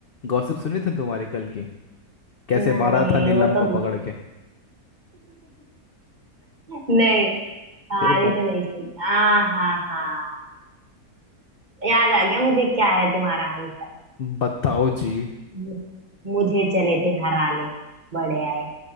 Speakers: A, on the left; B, on the right.
A: गॉसिप सुनी थी तुम्हारी कल की कैसे
B: नहीं
A: मारा था नीलम
B: वो
A: को
B: तो
A: पकड़
B: <laughs>
A: के
B: नहीं तारी
A: फिर बत,
B: तो नहीं सुन हाँ हाँ हाँ याद आ गया मुझे क्या है तुम्हारा आंसर
A: बताओ जी
B: <laughs> मुझे चले थे हराने बड़े आए